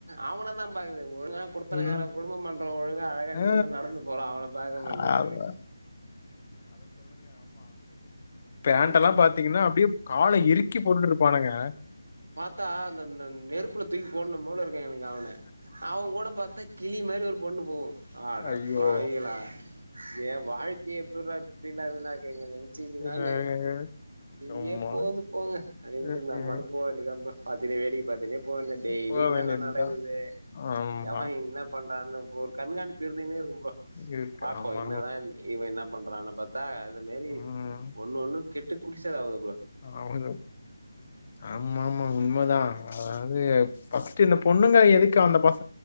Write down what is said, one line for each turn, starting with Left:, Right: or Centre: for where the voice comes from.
Right: அவன தா பாக்குது ஒழுங்கா குடுத்தனக்கார
Left: ம்
Right: குடும்பம் பண்ற ஒழுங்கா அழகா
Left: ஆ,
Right: டீசன்ட் நடந்து போறோ அவன பாக்க மாட்டேங்குதுங்க
Left: அ- பேண்டலா
Right: ஐயோ
Left: பாத்தீங்கனா அப்டியே கால இறுக்கி போட்டுட்ருப்பானுங்க
Right: த்தா அந்த அந்த நெருப்புல தூக்கி போடனு போல இருக்க எனக்கு அவன அவன் கூட பாத்தா கிளி மாரி ஒரு ஒண்ணு போகு ஆட
Left: ஐயோ
Right: பாவிகளா ஏன் வாழ்க்கைய எப்புரா இப்படில்லா வீணாக்குறீங்க நினச்சு நானு
Left: அஹ்
Right: எங்கேயோ
Left: ஆமா
Right: போகுது போங்க அப்டின்ட்டு
Left: உம்
Right: நம்ம
Left: உம்
Right: பாட்டுக்கு போக வேண்டிய தான் ப்ரோ பாத்தினே வேடிக்கு பாத்தனே போ வேண்டிய டெய்லி
Left: போக
Right: என்னென்ன
Left: வேண்டியதுதான்
Right: நடக்குது
Left: ஆமா
Right: எவன் என்ன பண்ற தான இப்போ ஒரு கண்காணிப்பு இருந்தினே இருக்கு ப்ரோ
Left: இருக்கு
Right: பாப்போம்
Left: ஆமா
Right: என்னதான் இவ என்ன பண்றாங்க பாத் தா அது மெரி
Left: உம்
Right: ஒன்னு கேட்டு குட்டிசெவுரு ஆவது
Left: ஆமா ப்ரோ ஆமா ஆமா உண்மதான் அதாவது ஃபர்ஸ்ட் என்ன பண் பொண்ணுங்க எதுக்கு அந்த பச